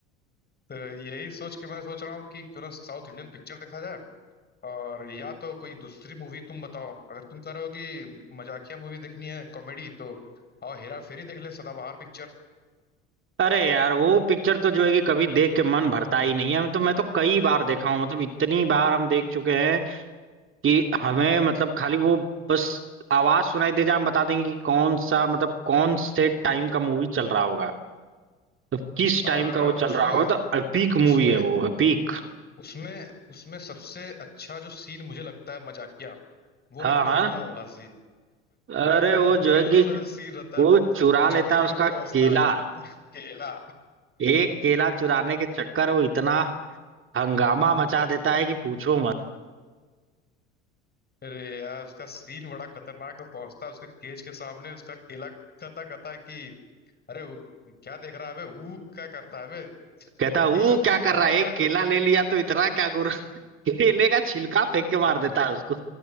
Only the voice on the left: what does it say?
तो यही सोच के मैं सोच रहा हूँ कि क्यों ना साउथ इंडियन पिक्चर देखा जाए और या तो कोई दूसरी मूवी तुम बताओ अगर तुम कह रहे हो कि मजाकिया मूवी देखनी है कॉमेडी तो आओ हेरा फेरी देख लें सदाबहार पिक्चर
और
उसमें
उसमें
उसमें उसमें सबसे अच्छा जो सीन मुझे लगता है मजाकिया वो
है गोरिल्ला
वाला सीन
<laughs> गोरिल्ला
वाला जो सीन रहता
है
जॉनी लीवर
पहुंचता
है, केला
अरे यार उसका सीन बड़ा खतरनाक है पहुंचता है, उसके केज के सामने उसका केला कता कता है कि अरे उ- क्या देख रहा है बे ऊ क्या करता है बे
केला
फेंक के
मारता
है